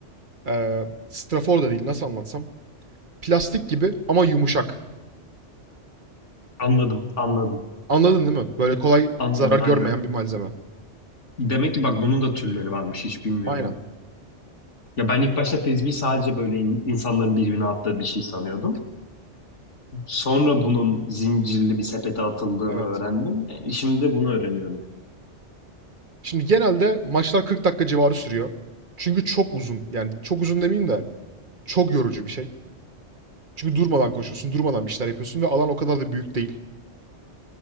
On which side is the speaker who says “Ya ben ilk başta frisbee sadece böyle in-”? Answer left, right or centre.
Left